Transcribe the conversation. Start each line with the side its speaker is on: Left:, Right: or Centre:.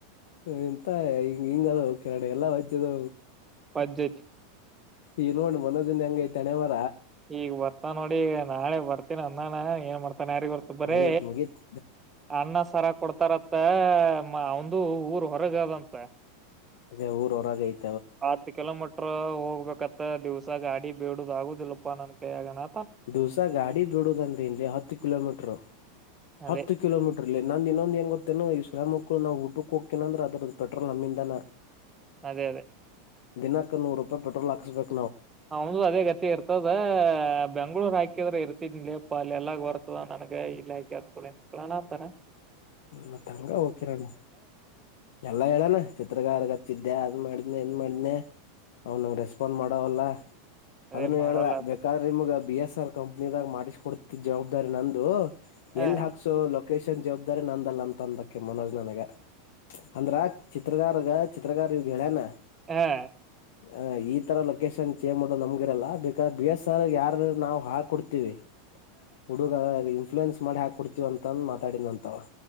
Left: ಎಂತ ಹಿಂಗ ಹಿಂಗ ಅದು ಕೆರಡೆ ಎಲ್ಲಾ ವಜ್ಯ ಅದ
Right: ಬಜೆ
Left: ಈ ನೋ ಮನೋಜನ್ ಹೆಂಗ ಹೈತಿ ಹಣೆಬರಹ
Right: ಈಗ ಬರ್ತಾ ನೋಡಿ ನಾಳೆ ಬರ್ತೀನ ಅನ್ನಾನ ಏನ್ ಮಾಡ್ತ ನ್ ಯಾರಿಗ ಹೊರ್ತ ಬರೀ
Left: ಮುಗೇತ್ ಮುಗೀತ್
Right: ಅನ್ನ ಸರ ಕೊಡ್ತಾರಂತ ಮ್ಮ ಅವಂದು ಊರ್ ಹೊರಗದಂತ
Left: ಅದೇ ಊರ ಹೊರಾಗ ಐತ
Right: ಹತ್ತ ಕಿಲೋಮೀಟರ್ ಹೋಗ್ಬೇಕತ್ತ ದಿವ್ಸ ಗಾಡಿ ಬೇಡುದ ಆಗುದಿಲ್ಲಪ್ಪಾ ನನ್ ಕೈ ಆಗನ
Left: ದಿವಸ ಗಾಡಿ ಬಿಡುದಂದ ಇನ್ಲಹತ್ತು ಕಿಲೋಮೀಟರ್
Right: ಅದೇ
Left: ಹತ್ತು ಕಿಲೋಮೀಟರ್ಲ್ಲಿ ನಂದ್ ಇನ್ನೊಂದ ಏನ್ ಗೊತ್ತೇನು ಈ ಸುಳೆ ಮಕ್ಳು ನಾವುಊಟಕಕ್ ಹೋಗ್ತೀನಿ ಅಂದ್ರೆ ಅದ್ರ ಪೆಟ್ರೋಲ್ ನಮ್ಮಿಂದನ
Right: ಅದೇ ಅದೇ
Left: ದಿನಾಕ ನೂರುಪಾಯಿ ಪೆಟ್ರೋಲ್ ಹಾಕ್ಸ್ಬೇಕು
Right: ಹೌಂದು ಅದೇ ಗತಿ ಇರ್ತದ ಬೆಂಗ್ಳೂರ್ ಹಾಕಿದ್ರ ಇರ್ತಿದ್ಲಿ ಅಪ್ಪ ಅಲ್ಲಿ ಎಲ್ಲ್ ಬರ್ತದ ನನ್ಗೆ ಇಲ್ಲಿ ಹಾಕೆ ಅರ್ಳ ಮಕ್ಳು ಅನತಾರೆ
Left: ಮತ್ತ ಹಂಗ ಹೋಗಕಿರೋಣ ಎಲ್ಲಾ ಹೇಳಣ ಚಿತ್ರಕಾರಗೆ ಹಚ್ಚಿದ್ದೆ ಅದ್ ಮಾಡಿದ್ನೇ ಮಾಡನೆ ಅವ್ನಂಗ ರೆಸ್ಪಾಂಡ್ ಮಾಡವಲ್ಲ
Right: ಅದೇ
Left: ಅದನ್ನು
Right: ಮಾಡೋಲ್ಲ
Left: ಹೇಳ್ದ
Right: ಆತ
Left: ಬೇಕಾದ್ರೆ ನಿಮ್ಗ ಬಿ ಎಸ್ ಆರ್ ಕಂಪ್ನಿದಾಗ ಮಾಡಿಸ ಕೊಡ್ತಿದ್ದ ಜವಾಬ್ದಾರಿ ನಂದು
Right: ಹಾ
Left: ಎಲ್ ಹಾಕ್ಸು ಲೊಕೇಶನ್ ಜವಾಬ್ದಾರಿ ನಂದಲ್ಲ ಅಂತ ಅಂದಕ್ಕೆ ಮನೋಜ್ ನನಗ ಅಂದ್ರ ಚಿತ್ರಗಾರ್ಗ ಚಿತ್ರಗಾರ್ ಇಗೆ ಹೇಳ್ಯನ
Right: ಹಾ
Left: ಹ ಈ ತರ ಲೊಕೇಶನ್ ಚೇಜ್ ಮಾಡೋದು ನಮಗಿರಲ್ಲ ಬೇಕಾದ್ರೆ ಬಿ ಎಸ್ ಆರ್ ಯಾರ ನಾವವು ಹಾ ಕೊಡ್ತಿವಿ ಹುಡುಗ ಇನ್ಫ್ಲೂಯೆನ್ಸ್ ಮಾಡಿ ಹಾಕ್ ಕೊಡ್ತಿವ ಅಂತಂದ ಮಾತಾಡಿದ ಅಂತವ